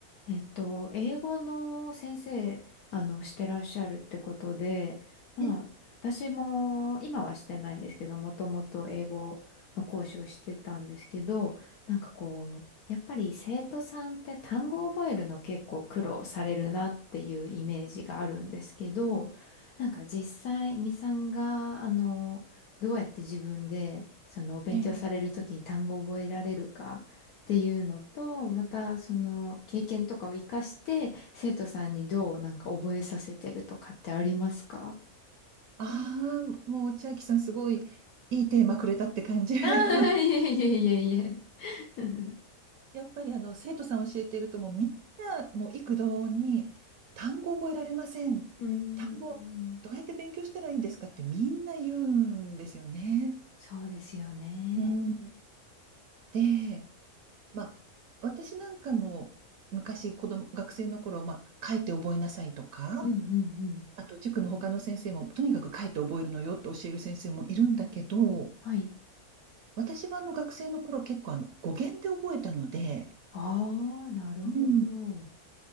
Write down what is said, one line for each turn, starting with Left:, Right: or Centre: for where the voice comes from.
Left: えっと、英語の先生、あの、してらっしゃるってことで、まあ、
Right: ええ
Left: 私も今はしてないんですけど、もともと英語の講師をしてたんですけど、なんかこう、やっぱり生徒さんって単語を覚えるの結構苦労されるなっていうイメージがあるんですけど、なんか実際、みさんが、あの、どうやって自分で、その、勉強されるときに単語を覚えられるか、
Right: え
Left: っていうのと、またその経験とかを活かして生徒さんにどうなんか覚えさせてるとかってありますか
Right: ああー、もう千秋さんすごいいいテーマくれたって感じ。<laughs>
Left: ああー、
Right: あの、
Left: いえいえいえいえ。<laughs>
Right: やっぱりあの生徒さん教えてるともうみんなもう幾度に単語覚えられません。
Left: うーん、
Right: 単語どうやって勉強したらいいんですかってみんな言うんですよね。
Left: そうですよね。
Right: うん、で、まあ私なんかも昔子供、学生の頃、まあ書いて覚えなさいとか、
Left: うんうんうん。
Right: あと塾の他の先生も、とにかく書いて覚えるのよって教える先生もいるんだけど、
Left: はい。
Right: 私はあの学生の頃結構あの語源で覚えたので、
Left: ああ、なるほど。
Right: うん